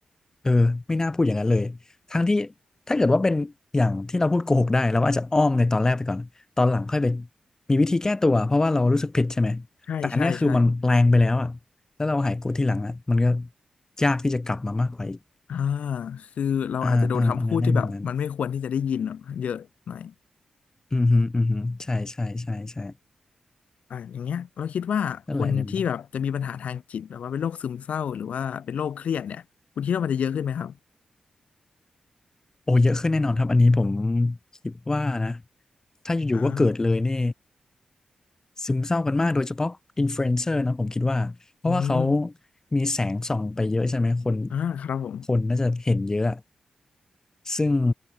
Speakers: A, on the left; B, on the left.
A: เออไม่น่าพูดอย่างนั้นเลยทั้งที่ถ้าเกิดว่าเป็นอย่างที่เราพูดโกหกได้เราก็อาจจะอ้อมในตอนแรกไปก่อนตอนหลังค่อยไปมีวิธีแก้ตัวเพราะว่าเรารู้สึกผิดใช่ไหมแต่อันเนี้ยคือมันแรงไปแล้วอะแล้วเราหายโกรธทีหลังอะมันก็
B: ใช่ใช่ใช่
A: ยากที่จะกลับมามากกว่าอีก
B: อ่าคือเราอาจจะโดนคำพูดที่แบบมันไม่ควรที่จะได้ยินอะเยอะหน่อย
A: อ่าอ่าอันนั้นในมุมนั้นอืมฮึอืมฮึใช่ใช่ใช่ใช่
B: อ่าอย่างเงี้ยเราคิดว่าคนที่แบบจะมีปัญหาทางจิตหรือว่าเป็นโรคซึมเศร้าหรือว่าเป็นโรคเครียดเนี่ยคุณคิดว่ามันจะเยอะขึ้นไหมครับ
A: นั่นแหละในมุมโอ้เยอะขึ้นแน่นอนครับอันนี้ผมคิดว่านะถ้าอยู่ๆก็เกิดเลยนี่
B: อ่า
A: ซึมเศร้ากันมากโดยเฉพาะอินฟลูเอนเซอร์นะผมคิดว่าเพราะว่าเขา
B: อืม
A: มีแสงส่องไปเยอะใช่ไหมคน
B: อ่าครับผม
A: คนน่าจะเห็นเยอะ ซึ่ง